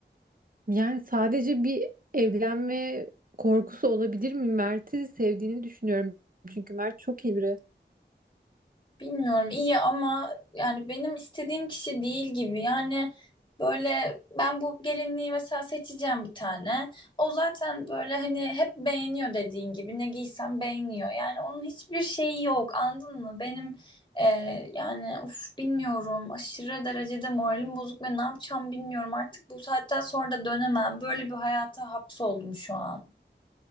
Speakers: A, on the right (about 50°); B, on the left (about 25°).
A: Yani sadece bir evlenme korkusu olabilir mi? Mert'i sevdiğini düşünüyorum. Çünkü Mert çok iyi biri.
B: Bilmiyorum iyi ama yani benim istediğim kişi değil gibi. Yani böyle ben bu gelinliği mesela seçeceğim bir tane. O zaten böyle hani hep beğeniyor dediğin gibi ne giysem beğeniyor. Yani onun hiçbir şeyi yok anladın mı? Benim e, yani uf bilmiyorum aşırı derecede moralim bozuk ve ne yapacağım bilmiyorum. Artık bu saatten sonra da dönemem. Böyle bir hayata hapsoldum şu an.